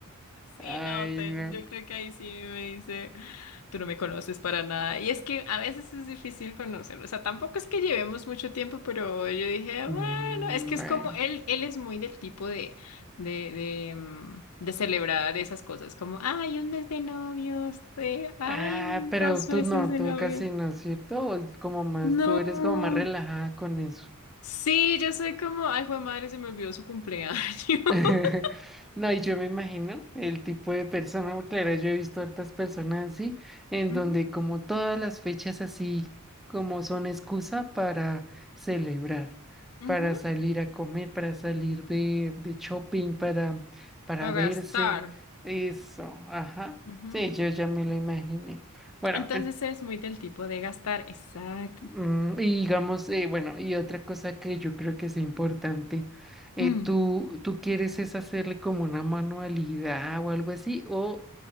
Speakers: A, on the left (about 80°); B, in the centre.
A: Sí,
B: Ay,
A: no, te-
B: no.
A: yo creo que ahí sí me dice, tú no me conoces para nada. Y es que a veces es difícil conocerlo. O sea, tampoco es que llevemos mucho tiempo, pero yo dije, bueno,
B: Mm,
A: es que es
B: bueno.
A: como, él, él es muy del tipo de, de, de, mm, de celebrar esas cosas, como, ay, un mes de novios, de, ay,
B: Ah,
A: un,
B: pero
A: dos
B: tú
A: meses
B: no,
A: de
B: tú
A: novios.
B: casi no, ¿cierto? O es como más,
A: No.
B: tú eres como más relajada con eso.
A: Sí, yo soy como, ay, jue madre, se me olvidó su cumpleaños. <laughs>
B: <laughs> No, y yo me imagino el tipo de persona, porque claro, yo he visto hartas personas así, en
A: Ujú,
B: donde como todas las fechas así como son excusa para celebrar,
A: ujú.
B: para salir a comer, para salir de, de shopping, para, para
A: Para
B: verse,
A: gastar.
B: eso, ajá.
A: Ujú.
B: Sí, yo ya me lo imaginé. Bueno,
A: Entonces es muy del tipo de gastar. Exacto.
B: Mm, Y digamos, eh, bueno, y otra cosa que yo creo que es importante, eh,
A: Mm.
B: ¿tú, tú quieres es hacerle como una manualidad o algo así? O,